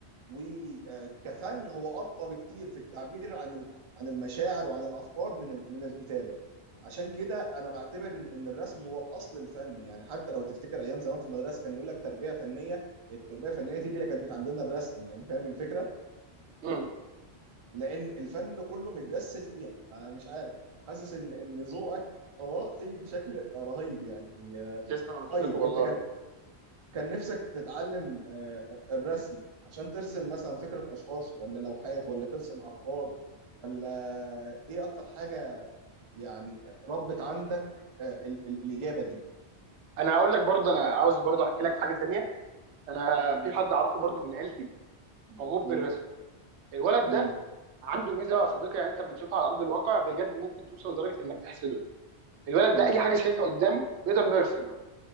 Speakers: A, on the right; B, on the right.
A: وكفن هو ارقى بكتير في التعبير عن ال- عن المشاعر وعن الافكار من ال- من الكتابه عشان كده انا بعتبر ان إن الرسم هو اصل الفن يعني حتى لو تفتكر ايام زمان في المدرسه كان يقول لك تربيه فنيه التربيه الفنيه دي اللي هي كانت عندنا الرسم يعني فاهم الفكره
B: امم
A: لان الفن كله متجسد فيها مش عارف حاسس ان ان ذوقك راقي بشكل رهيب يعني آه،
B: تسلم يا صديقي
A: طيب
B: والله
A: انت كان كان نفسك تتعلم آه، الرسم عشان ترسم مثلا فكرة أشخاص ولا لوحات ولا ترسم أفكار ولا إيه أكتر حاجة يعني ربت عندك آه، ال- ال- الإجابة دي
B: انا هقول لك برضه انا عاوز برضه احكي لك حاجه ثانيه انا
A: مم.
B: في حد اعرفه برضه من عيلتي موهوب
A: مم.
B: بالرسم الولد
A: مم.
B: ده عنده ميزه يا صديقي يعني انت لما تشوفها على ارض الواقع بجد ممكن توصل لدرجه انك تحسده الولد
A: مم.
B: ده اي حاجه شايفها قدامه بيقدر انه يرسمها